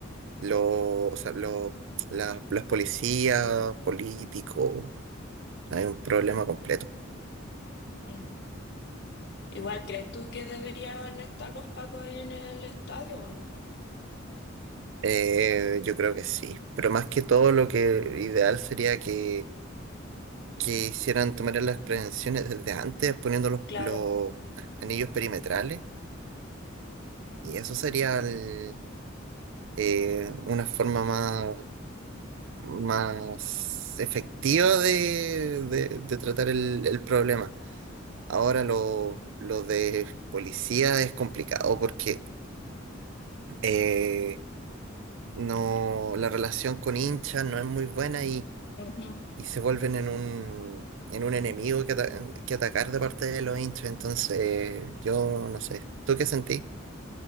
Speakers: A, on the right (about 65°); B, on the left (about 55°).
A: los, o sea, lo- la- las policías, políticos. Hay un problema completo.
B: mm. Igual, ¿crees tú que deberían estar los pacos ahí en el estadio o no?
A: Eh, yo creo que sí, pero más que todo lo que ideal sería que, que hicieran tomar las prevenciones desde antes poniendo los,
B: Claro.
A: los anillos perimetrales y eso sería el- eh, una forma más, más efectiva de, de- de tratar el, el problema. Ahora lo, lo de policía es complicado porque eh, no, la relación con hinchas no es muy buena
B: ujú.
A: y se vuelven en un, en un enemigo que, ata- que atacar de parte de los hinchas. Entonces, yo no sé. ¿Tú qué sentí?